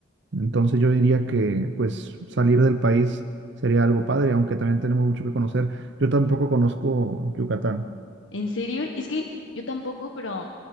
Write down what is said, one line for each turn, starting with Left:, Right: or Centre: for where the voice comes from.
Right: entonces yo diría que pues salir del país sería algo padre, aunque también tenemos mucho que conocer. Yo tampoco conozco Yucatán.
Left: ¿En serio? Es que yo tampoco, pero